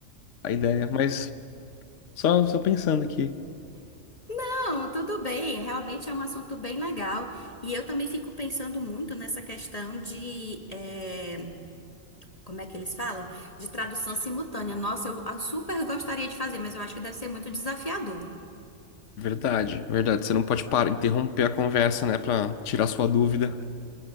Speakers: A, on the left; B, on the left.
A: a ideia, mas só, só pensando aqui.
B: Não, tudo bem, realmente é um assunto bem legal. E eu também fico pensando muito nessa questão de, eh, como é que eles falam? De tradução simultânea. Nossa, eu ah, super gostaria de fazer, mas eu acho que deve ser muito desafiador.
A: Verdade, verdade. Você não pode parar, interromper a conversa, né, para tirar sua dúvida.